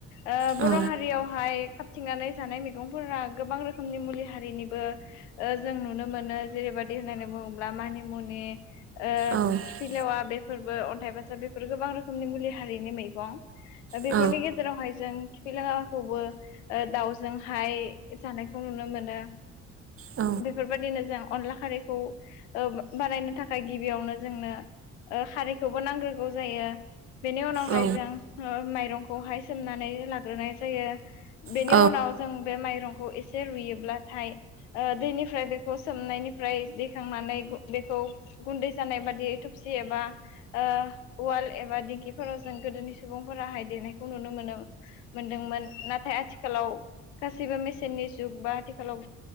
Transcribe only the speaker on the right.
औ
औ
औ
औ
औ
औ
औ